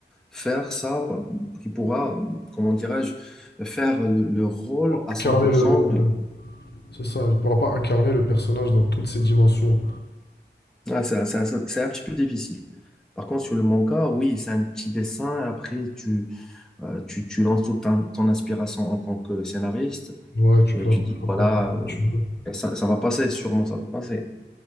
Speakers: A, in the centre; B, on the left.
A: faire ça, pas- qui pourra, comment dirais-je, faire le, le rôle
B: pas
A: à
B: incarner
A: cent pour
B: le...
A: cent
B: ouais.
A: de...
B: C'est ça, il ne pourra pas incarner le personnage dans toutes ses dimensions.
A: Ouais, c'est c'est- c'est un petit peu difficile. Par contre, sur le manga, oui, c'est un petit dessin. Après, tu, Euh, tu, tu lances toute ton, ton inspiration en tant que scénariste
B: Ouais, tu
A: et
B: fais
A: tu
B: un peu
A: dis,
B: un peu
A: voilà,
B: comme
A: euh,
B: tu veux.
A: et ça, ça va passer, sûrement ça va passer.